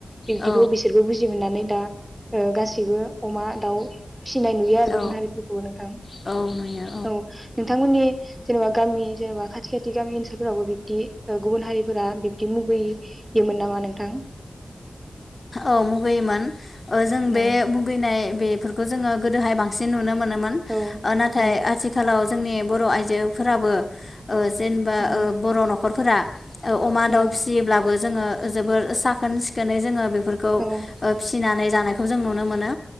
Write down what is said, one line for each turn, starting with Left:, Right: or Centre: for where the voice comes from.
Right: बिब्दिखौ
Left: औ
Right: बिसोरबो बुजि मोननानै दा बेयाव गासैबो अमा दाउ फिसिनाय नुयो
Left: औ
Right: गुबुन हारिफोरखौबो नोंथां
Left: औ नुयो
Right: औ नोंथांमोननि जेनेबा गामि जेनेबा खाथि खाथि गामि ओनसोलफोरावबो बिब्दि गुबुन हारिफोरा बिबदि मुगैयोमोन नामा नोंथां
Left: औ मुगैयोमोन जों
Right: औ
Left: बे मुगैनाय बेफोरखौ जोङो गोदोहाय बांसिन नुनो मोनो मोन
Right: औ
Left: ओ नाथाय
Right: औ
Left: आथिखालाव जोंनि बर' आइजोफोराबो ओ जेनेबा
Right: औ
Left: ओ बर' न' खरफोरा अमा
Right: औ
Left: दाउ फिसियोब्ला जोङो जोबोर साखोन सिखोनै जोङो बि फोरखौ
Right: औ
Left: फिसिनानै जानायखौ जों नुनो मोनो